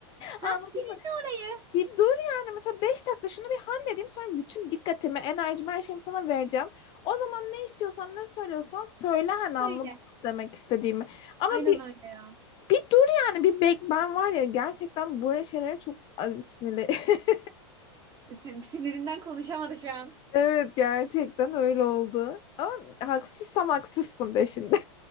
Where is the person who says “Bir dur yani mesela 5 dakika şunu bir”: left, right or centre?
Left